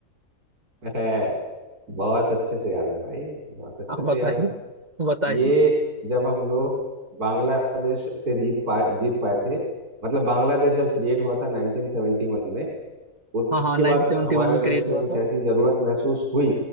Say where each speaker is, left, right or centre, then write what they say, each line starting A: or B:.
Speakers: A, on the right; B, on the right.
A: <laughs> है। बहुत अच्छे से याद है भाई बहुत अच्छे
B: आप
A: से
B: बताइए
A: याद है
B: बताइए
A: ये जब हम लोग बांग्लादेश से जीत पाए जीत पाए थे मतलब बांग्लादेश जब क्रिएट हुआ था 1971 में उ-
B: हाँ
A: उसके
B: हाँ नाइनटीन
A: बाद
B: सेवेंटी
A: हमारे
B: वन में
A: देश
B: क्रिएट
A: में
B: हुआ
A: कुछ
B: था
A: ऐसी जरूरत महसूस हुई